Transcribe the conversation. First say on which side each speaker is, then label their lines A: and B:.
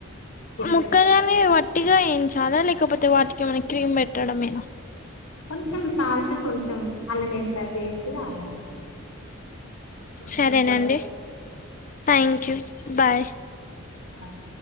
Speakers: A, on the left; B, on the left.
A: చికెన్
B: ముక్కగానే
A: పచ్చడి
B: వట్టిగా ఏయించాలా లేకపోతే వాటికి ఏమైనా క్రీమ్ పెట్టడమేనా
A: కొంచెం సాల్ట్ కొంచెం అల్లం ఎల్లిపాయి పేస్ట్ రాయాలి కొంచెం
B: సరేనండి
A: పసుపేసి
B: థ్యాంక్యూ బాయ్
A: బాయ్